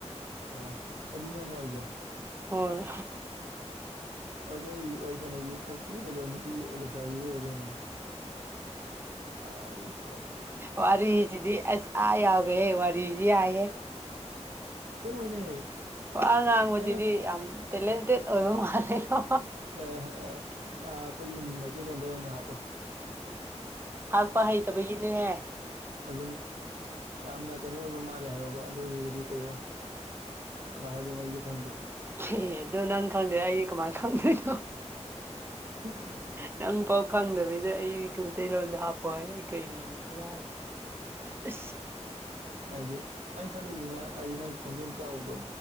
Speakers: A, on the right; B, on the right.
A: ꯑꯦ ꯑꯗꯨ ꯅꯪ ꯂꯥꯛꯏꯁꯦ
B: ꯍꯣꯏ
A: ꯑꯣꯗ ꯑꯩ ꯋꯥꯔꯤ ꯁꯥꯟꯅꯁꯤ ꯁꯛꯇꯤꯖ ꯅꯨꯄꯤ ꯑꯣꯂꯤꯁꯥꯒꯤ ꯑꯣꯏꯗꯦꯅꯦ ꯑꯩ
B: ꯋꯥꯔꯤꯁꯤꯗꯤ ꯑꯁ ꯑꯥ ꯌꯥꯎꯈ꯭ꯔꯦꯍꯦ ꯋꯥꯔꯤꯁꯤꯗꯤ ꯌꯥꯏꯍꯦ
A: ꯑꯁꯦꯡꯕꯩꯅꯦ
B: ꯋꯥ ꯉꯥꯡꯕꯁꯤꯗꯤ
A: ꯑꯩꯅ
B: ꯌꯥꯝ ꯇꯦꯂꯦꯟꯇꯦꯠ ꯑꯣꯏꯕ ꯃꯥꯜꯂꯦꯀꯣ
A: ꯑꯦ ꯑꯦ ꯑꯩꯈꯣꯏꯒꯤ ꯃꯩꯇꯩꯔꯣꯟꯗ ꯑꯣꯏꯅ ꯍꯥꯞꯄꯨ
B: ꯍꯥꯛꯄ ꯍꯩꯇꯕꯒꯤꯅꯦꯍꯦ
A: ꯑꯗꯨꯝ ꯌꯥꯝꯅ ꯀꯩꯅꯣ ꯑꯣꯏꯕ ꯃꯥꯜꯂꯦ ꯍꯥꯏꯔꯣꯕ ꯑꯗꯨꯏꯗꯨꯒꯗꯤ ꯀꯩ ꯀꯃꯥꯏꯅꯗꯣꯏꯅꯣ ꯑꯩꯁꯨ ꯈꯪꯗ꯭ꯔꯦ
B: ꯑꯦ ꯑꯗꯨꯗꯣ ꯅꯪ ꯈꯪꯗꯦ ꯑꯩꯗꯤ ꯀꯃꯥꯏꯅ ꯈꯪꯗꯣꯏꯅꯣ
A: ꯑ
B: ꯅꯪ ꯄꯥꯎ ꯈꯪꯗꯕꯩꯗ ꯑꯩ ꯃꯩꯇꯩꯂꯣꯟꯗ ꯍꯥꯞꯄꯣ ꯍꯥꯏ ꯑꯩ ꯀꯔꯤ ꯀꯗꯥ ꯑ
A: ꯍꯥꯏꯗꯤ ꯑꯩꯅ ꯈꯂꯛꯁꯤꯅ ꯍꯥꯏꯗꯤ ꯅꯪ ꯈꯣꯟꯖꯦꯜ ꯆꯥꯎꯕꯗꯣ